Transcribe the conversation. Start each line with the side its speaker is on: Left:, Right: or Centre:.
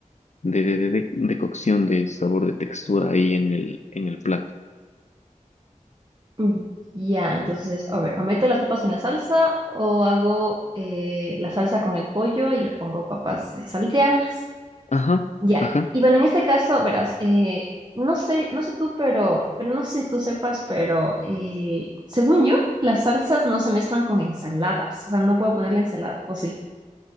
Left: de, de, de, de de cocción, de sabor, de textura ahí en el, en el plato.
Right: Mm, Ya, entonces, a ver, o meto las papas en la salsa o hago eh, la salsa con el pollo y le pongo papas eh, salteadas.
Left: Ajá.
Right: Ya.
Left: Ajá.
Right: Y bueno, en este caso, verás, eh, no sé, no sé tú, pero, pero no sé si tú sepas, pero eh, según yo, las salsas no se mezclan con ensaladas. O sea, no puedo poner la ensalada, ¿o sí?